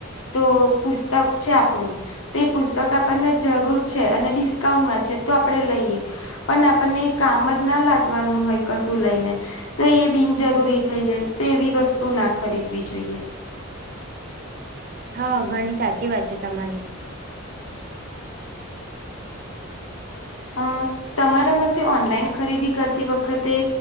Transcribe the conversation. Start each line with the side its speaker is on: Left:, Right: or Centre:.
Left: તો પુસ્તક છે આપણું તે એ પુસ્તક આપણને જરૂર છે અને ડિસ્કાઉન્ટમાં છે તો આપણેે લઈએ. પણ આપણને કામ જ ના લાગવાનું હોય કશું લઈને તો એ બિનજરૂરી થઈ જાય તે એવી વસ્તુ ના ખરીદવી જોઈએ.
Right: હા ઘણી સાચી વાત છે તમારી.
Left: અ તમારા મતે ઓનલાઈન ખરીદી કરતી વખતે